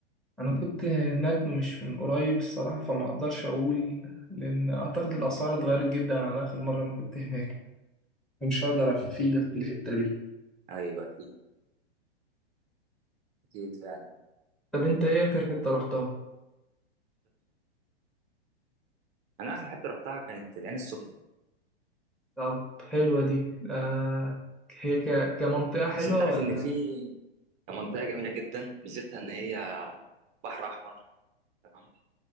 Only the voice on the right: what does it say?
ايوه اكيد اكيد فعلا
انا اخر حته رحتها كانت العين السخنه
بس انت عارف
ان في منطقه جميله جدا ميزتها ان هي بحر احمر تمام